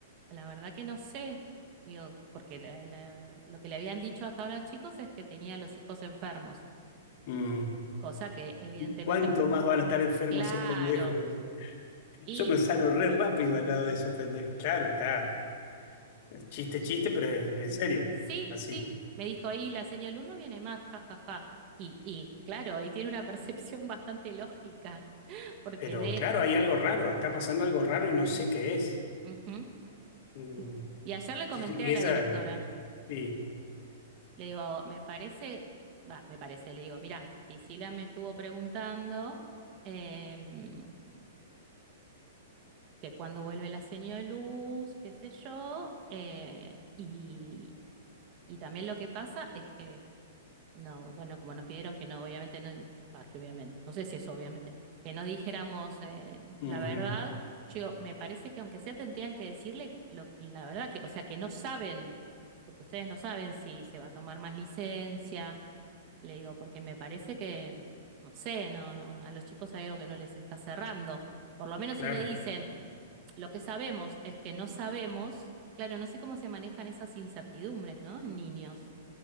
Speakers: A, on the right (about 35°); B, on the left (about 45°).
A: La verdad que no sé, digo, porque la- la- lo que le habían dicho hasta ahora a los chicos es que tenía los hijos enfermos,
B: Mm.
A: cosa que evidentemente,
B: ¿Cuánto
A: mu-
B: más van a estar enfermos
A: claro,
B: esos pendejos? Dice,
A: y
B: Yo me sano re rápido al lado de esos pendejos. Claro, está, es chiste, chiste, pero es en serio,
A: sí,
B: así.
A: sí, me dijo, y la señal uno viene más, ja, ja, ja. Y, y claro, y tiene una percepción <laughs> bastante lógica, porque
B: Pero
A: de...
B: claro, hay algo raro, está pasando algo raro y no sé qué es.
A: Ujú.
B: Mm.
A: Y, y ayer le comenté
B: Y
A: a
B: y ella,
A: la directora,
B: sí,
A: le digo, me parece, va, me parece, le digo, mirá, Priscila me estuvo preguntando. em, que cuando vuelve la señal de luz, qué sé yo, eh, y, y también lo que pasa es que, no, bueno, como nos pidieron que no, obviamente no, ah, que obviamente, no sé si eso obviamente, que no dijéramos eh,
B: ujú,
A: la verdad, yo digo, me parece que aunque sea tendrían que decirle lo- la verdad, que, o sea, que no saben, porque ustedes no saben si se va a tomar más licencia, le digo, porque me parece que, no sé, no, no, a los chicos hay algo que no les está cerrando. Por lo menos
B: claro.
A: si le dicen, lo que sabemos es que no sabemos, claro, no sé cómo se manejan esas incertidumbres, ¿no? En niños.